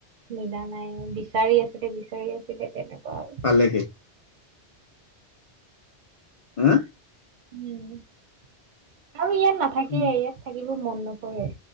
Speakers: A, on the right; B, on the left.
A: মিলা নাই বিচাৰি আছিলে বিচাৰি আছিলে তেনেকুৱা আৰু।
B: ভাল লাগে <inaudible> হা?
A: উম আৰু ইয়াত নাথাকে,
B: উম
A: ইয়াত থাকিব মন নকৰে।